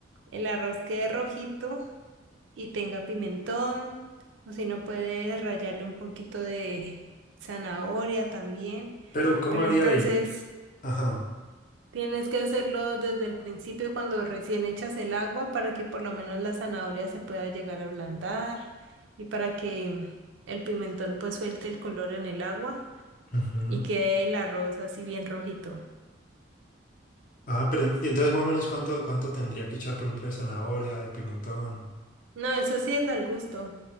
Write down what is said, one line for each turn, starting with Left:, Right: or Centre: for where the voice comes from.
Right: el arroz quede rojito y tenga pimentón, o si no puedes rallarle un poquito de zanahoria también,
Left: Pero, ¿cómo
Right: pero
Left: haría
Right: entonces
Left: ahí? Ajá.
Right: tienes que hacerlo desde el principio cuando recién echas el agua para que por lo menos la zanahoria se pueda llegar a ablandar y para que el pimentón pues suelte el color en el agua.
Left: ujú.
Right: y quede el arroz así bien rojito.
Left: Ah, pero y entonces más o menos cuánto, cuánto tendría que echar, por ejemplo, de zanahoria, de pimentón.
Right: No, eso sí es al gusto.